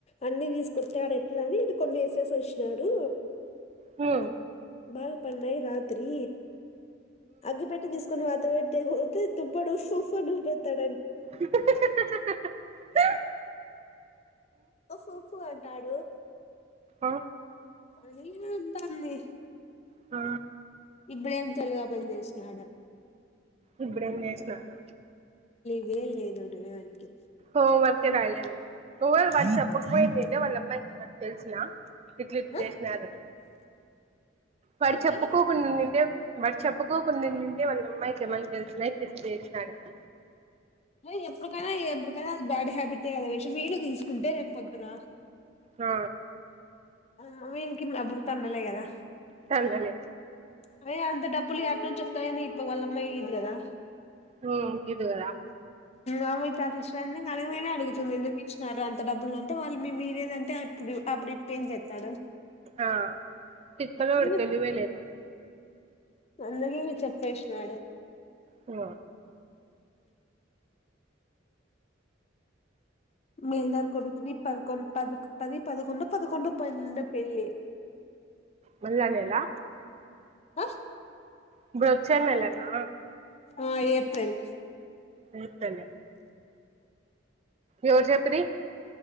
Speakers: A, on the left; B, on the right.
A: అనీ తీసుకొస్తే ఆడ ఎట్లా అని ఇ కొన్ని వేసేసి వచ్చినాడు
B: హమ్
A: బాగా పన్నాయే రాత్రి అగ్గి పెట్టె తీసుకుని వా తప్పడు ఉఫు ఉఫు అని ఊదుతాడు
B: హా హా హా హా హా హా
A: ఉప్ ఉ ఉప్ ఉ అంటాడు
B: ఆ
A: అని అంతాది
B: ఆ
A: ఇప్పుడేం తెలువదు ఏం పని చేసినాడు
B: ఇప్పుడెం చేస్తున్నాడు
A: ఏం లేదు ఉద్యోగానికి
B: ఓ వన్ కే బయలుదేరింద్రూ ఓ వాట్సప్ పోయిందే వాళ్ళ అమ్మాయికి మరి తెల్సున ఇట్లు ఇట్లు
A: ఆ
B: చేసినారు వాడు
A: ఏమి
B: చెప్పుకోకుండా ఉండి ఉంటే వాడి చెప్పు ఒక్కో కొన్నింటీనీ నుండే వాళ్ళ అమ్మాయికి ఏమని తెలిసినయి చేసినాదంట
A: ఏ ఎప్పుడుకైనా ఎప్పుడుకైనా బ్యాడ్ హ్యాబిటే అది వేసి వీళ్లు తీసుకుంటే రేపు పొద్దునా
B: ఆ
A: మమ్మీ ఈనికి అప్పుడు తన్నులే కదా
B: తన్నులే
A: అవే అంత డబ్బులు ఎట్ నుంచి వోత్త యని ఇప్పడు వాళ్లమ్మ ఇదు గాదా
B: హ్ అడి గిద్ది గాదా
A: ఆ అమ్మాయి అది ఇచ్చారని అలగైనా అడుగుతుంది. ఎందుకు ఇచ్చినారు అంత డబ్బులు అంటే వాళ్ళు మీరేదంటే ఇప్పుడు అప్పుడు ఏం చెత్తడు
B: ఆ తిక్కలోడు
A: ఇంగ
B: తెలివే లేదు వాడికి
A: అందుకే ఇగ చెప్పేసినాడు
B: ఆ
A: మేల్దార్ కొడుకుది పదికొం పది పది పదకొండో పదకొండో పన్నెడో పెళ్ళి
B: మళ్ళ నెలా
A: ఆ
B: ఇప్పుడొచ్చే నెలనా
A: ఆ ఏప్రిల్
B: ఏప్రిల్ ఎవరు చెప్పిరి